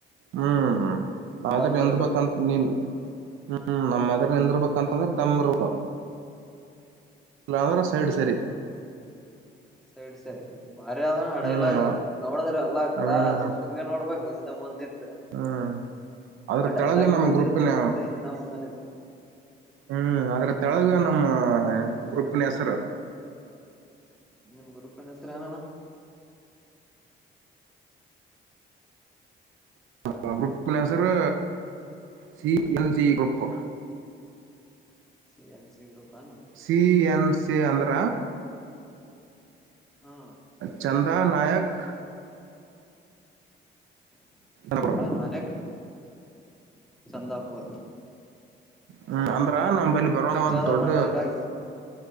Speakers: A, on the right; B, in the centre.
A: ಹ್ಮ್ ನಾವ
B: ದಮ್
A: ಎಂದ
B: ಇರ್ಬೇಕ
A: ಬಂತ ನೀನ್ ಹ್ಮ್ ನಮ್ಮ್ ಎಂದಿಬೇಕಂತಂದ್ರೆ ದಮರ್ಗ
B: ಹ್ಮ್
A: ಅಂದ್ರೆ ಸೈಡ್ ಸರಿ
B: ಸೈಡ್ ಸೈರಿ ಬಾರಿ ಆದಣ
A: ಹ್ಮ್
B: ಡೈಲಾಗ್ ನೋಡದ್ರ ಅಲ್ಲಾ ಕಲಾ
A: ಹ್ಮ್
B: ನಿಮ್ಗೆ ನೋಡ್ಬ ಮುಂದ ಇತ್ತು
A: ಹ್ಮ್ ಅದ್ರ
B: ಆ ಡೈಲಾಗ್
A: ತೆಳಗ ನಮ್
B: ಬರ್ದಿರ್ತ್ತೀರಿ
A: ಗ್ರೂಪಿನ
B: ಮತ್ತೆ ಇನ್ನ ಮುಂದನ ಇ
A: ಹ್ಮ್ ಅದ್ರ ತೆಳಗ ನಮ್ಮ ಗ್ರೂಪಿನ ಹೆಸರು
B: ನಿಮ್ಮ ಗ್ರೂಪಿನ ಹೆರ್ಸು ಏನನ್ನ
A: ನಮ್ಮ್ ಗ್ರೂಪ್
B: ಗ್ರೂಪಿನ
A: ಹೆಸರು
B: ಹೆಸ್
A: C N C group
B: C N C group ಏನ
A: ಸಿ ಎನ್ ಸಿ ಅಂದ್ರ
B: ಹಾ
A: ಚಂದ ನಾಯಕ್ ನಬರು
B: ನ ನಾಯಕ್ ಚಂದಾಪೂರ
A: ಹ್ಮ ಅಂದ್ರ ನಮಲ್ಲಿ ಬರುವಂತ ಒಂದು
B: ಅದಣ್ಣ
A: ದೊಡ್ಡ
B: ಡೈಲಾಗ್